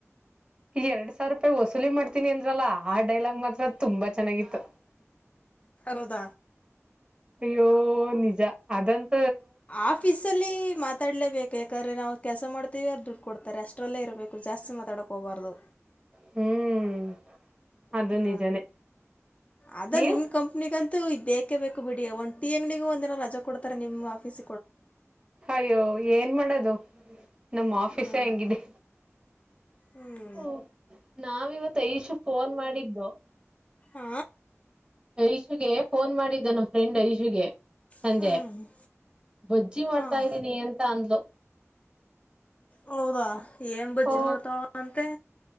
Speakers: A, on the right; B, on the left.
A: ಎರಡ್ ಸಾವಿರ ರೂಪಾಯಿ ವಸೂಲಿ ಮಾಡ್ತೀನಿ ಅಂದ್ರಲ್ಲ ಆ ಡೈಲಾಗ್ ಮಾತ್ರ ತುಂಬಾ ಚೆನ್ನಾಗಿತ್ತು
B: ರದ
A: ಅಯ್ಯೋ ನಿಜ ಅದಂತ
B: ಆಫೀಸ ಅಲ್ಲಿ ಮತ್ತ ಮಾತಾಡ್ಲೇಬೇಕು ಯಾಕಂದ್ರೆ ನಾವು ಕೆಲಸ ಮಾಡ್ತೀವಿ ಅವ್ರು ದುಡ್ಡು ಕೊಡ್ತಾರೆ ಅಷ್ಟ್ರಲ್ಲೇ ಇರಬೇಕು ಜಾಸ್ತಿ ಮಾತಾಡಕ್ ಹೋಗಬಾರ್ದು
A: ಹ್ಮ್ ಅದು
B: ಹ್ಮ
A: ನಿಜಾನೇ
B: ಅದ
A: ನೀವು
B: ನಿಮ್ ಕಂಪನಿಗಂತ ದು ಬೇಕೇ ಬೇಕು ಬಿಡಿ ಒ್ ಟಿ ಅಂಗಿಗ ಒಂದ ದಿನ ರಜಾ ಕೊಡ್ತಾರೆ ನಿಮ್ಮ ಆಫೀಸ್
A: ಅಯ್ಯೋ ಏನ್ ಮಾಡೋದು ಹ್ಮ ನಮ್ಮ ಆಫೀಸ
B: ಹ್ಞೂ
A: ಹೆಂಗಿದೆ
B: ಹ್ಞೂ
A: ಹ್ಮ್ ನಾವಿವತ್ತು ಐಶು ಫೋನ್ ಮಾಡಿದ್ದು
B: ಆ
A: ಐಶುಗೆ ಫೋನ್ ಮಾಡಿದ್ದ ನ ಫ್ರೆಂಡ್ ಐಶುಗೆ ಸಂಜೆ
B: ಹ್ಞೂ
A: ಬಜ್ಜಿ ಮಾಡ್ತಾ
B: ಹಾಂ
A: ಇದ್ದೀನಿ ಎಂತ ಅಂದ್ಲು
B: ಹೌದಾ ಏನ್ ಬಜ್ಜಿ
A: ಓ
B: ಮಾಡ್ತಾವಾವ ಅಂತೆ